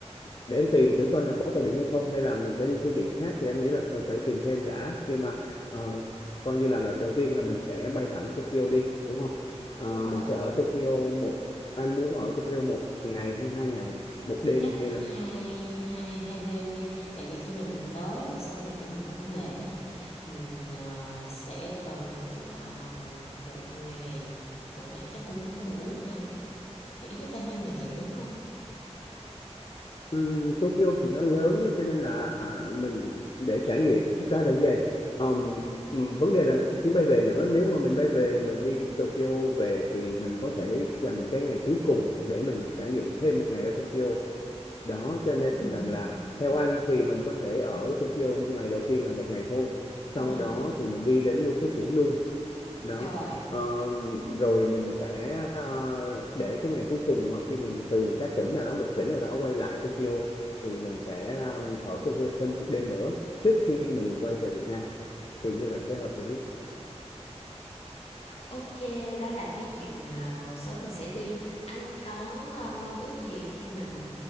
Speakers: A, on the left; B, on the left.
A: để anh tìm thử coi là có tàu điện hay không hay là mình phải đi phương tiện khác thì anh nghĩ là phải phải tìm thêm đã nhưng mà ờ, coi như là đầu tiên là mình sẽ bay thẳng Tokyo đi đúng không Ờ,
B: đúng rồi.
A: mình sẽ ở Tokyo một anh muốn ở Tokyo một ngày hay hai ngày
B: Em
A: một
B: nghĩ
A: đêm
B: chắc
A: hay
B: hai
A: là
B: hai hai đêm đi, tại vì khi mà mình tới rồi xong rồi kiểu mình cũng mệt ấy, mình ờ, sẽ cần ờ, một ngày, một ngày chắc cũng không đủ ha, thì ít nhất phải hai ngày đúng không?
A: Ừm, Tokyo thì nó lớn đấy cho nên là à, mình để trải nghiệm thực ra là như vậy Ờm, ừm, vấn đề là chuyến bay về nữa nếu mà mình bay về mình đi Tokyo về thì mình có thể dành cái ngày cuối cùng để mình trải nghiệm thêm một ngày ở Tokyo đó cho nên
B: Ừ,
A: rằng là theo anh thì mình có thể ở Tokyo ngày đầu tiên là một ngày thôi sau
B: ừ,
A: đó thì mình đi đến Lưu Phú Sĩ luôn đó
B: rồi,
A: Ờ, rồi mình sẽ ờ, để cái ngày cuối cùng hoặc khi mình từ các tỉnh nào đó một tỉnh nào đó quay lại Tokyo thì mình sẽ ờ, ở Tokyo thêm một đêm nữa trước khi mình quay về Việt Nam thì như vậy sẽ hợp lý
B: ok, đó là cái chuyện ờ, một số mình sẽ đi. Anh có ờ, mong ước gì khi mà mình